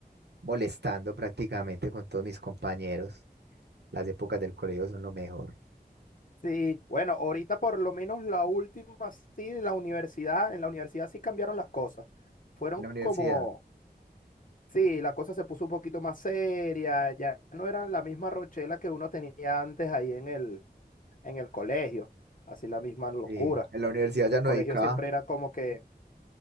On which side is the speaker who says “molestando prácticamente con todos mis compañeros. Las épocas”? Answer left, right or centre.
Right